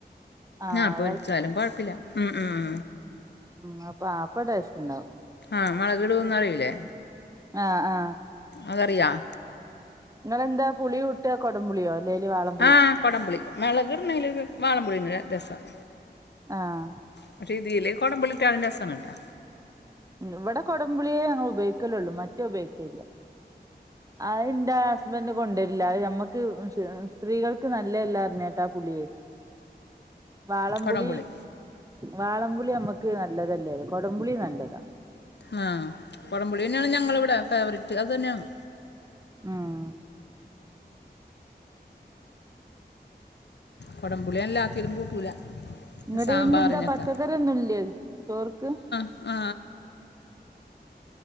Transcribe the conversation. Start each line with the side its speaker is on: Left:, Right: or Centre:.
Right: ആഹ്
Left: ആഹ പൊരിച്ചാലും കൊഴപ്പില്ല ഉ ഉം ഉ
Right: ഉ അപ്പ അപ്പ ടേസ്റ്റുണ്ടാവും
Left: ആഹ മുളകിടുന്നറിയില്ലേ
Right: ആഹ ആഹ
Left: അതറിയാവോ
Right: നിങ്ങളെന്താ പുളി കൂട്ട കുടംപുളിയോ അല്ലേലും ആള്
Left: ആ കുടംപുളി മുളകിടുന്നതിൽ വാളംപുളി രസം
Right: ആഹ
Left: പക്ഷെ ഇതില കുടമ്പുളിട്ടാലും രസാനുട്ടാ
Right: ഇവിടെ കൊടംപുളിയേ ഞങ്ങൾ ഉപയോഗിക്കലള്ളൂ മറ്റേ ഉപയോഗിക്കല്ല അതിന്താ ബന് കൊണ്ടുവരില്ല മ്മക്ക് സ്ത്രീകൾക്ക് നല്ലല്ല അറിഞ്ഞേട്ടാ ആ പുളിയെ വാളംപുളി
Left: കുടംപുളി
Right: വാളംപുളി നമ്മക്ക് നല്ലതല്ലോലും കൊടംപുളി നല്ലതാ
Left: ആ കുടംപൊളി തന്നെയാണ് ഞങ്ങളവിടെ ഫേവററ്റ് അത് തന്നെയാണ്
Right: ആഹ
Left: കൊടംമ്പുളല്ലാത്തിതിരും കൂട്ടൂല
Right: നിങ്ങുടെ
Left: സാമ്പാറിനൊക്കെ
Right: പിന്നെന്താ പച്ചക്കറിന്നുംല്ല ചോർക്ക്
Left: ആഹ